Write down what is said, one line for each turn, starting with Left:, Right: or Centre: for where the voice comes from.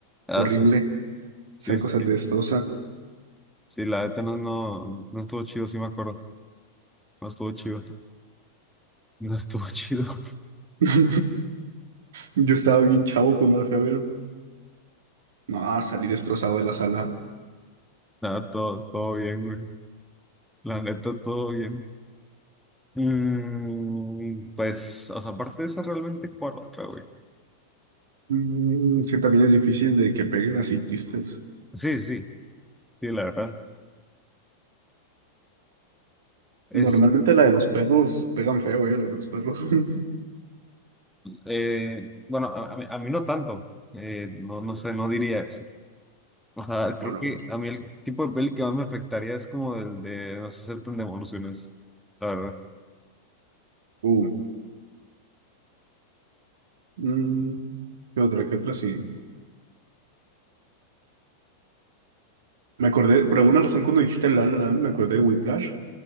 Centre: ah,
Right: horrible,
Centre: sí, sí,
Right: esa cosa
Centre: sí.
Right: te destroza.
Centre: Sí, la neta no, no, no estuvo chido, sí me acuerdo. No estuvo chido. No estuvo <laughs> chido.
Right: <laughs> Yo estaba bien chavo cuando la fui a ver. No, salí destrozado de la sala.
Centre: Nada, todo, todo bien, güey. La neta, todo bien. Mm, pues, o sea, aparte de esa, realmente, ¿cuál otra, güey?
Right: Mm, sí, también es difícil de que peguen así tristes.
Centre: Sí, sí, sí, la verdad. Es,
Right: Normalmente la de los perros pegan feo, eh, las de los perros. <laughs>
Centre: eh, bueno, a, a mí, a mí no tanto. Eh, no, no sé, no diría eso. O sea,
Right: Bueno,
Centre: creo que a mí el tipo de peli que más me afectaría es como el de No se aceptan devoluciones, la verdad.
Right: uh, mm, ¿qué otra? ¿Qué otra? Sí. Me acordé, por alguna razón cuando dijiste en La La Land, me acordé de Whiplash,